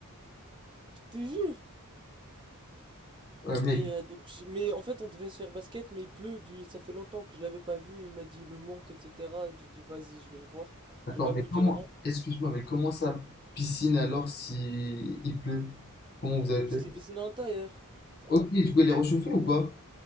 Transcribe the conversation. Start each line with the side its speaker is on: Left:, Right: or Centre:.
Right: Je te jure.
Left: Euh, mais.
Right: Et euh, donc, j- mais en fait, on devait se faire basket, mais il pleut, du- ça fait longtemps que je l'avais pas vu, il m'a dit, il me manque, etc. J'ai dit, vas-y, je vais le voir.
Left: Attends,
Right: J'ai pas
Left: mais
Right: pu
Left: comment.
Right: dire non,
Left: Excuse-moi, mais comment ça piscine alors si il pleut? Comment vous avez
Right: parce
Left: fait?
Right: que c'est piscine à l'intérieur.
Left: Ok,
Right: Ah,
Left: du coup, elle est réchauffée ou quoi?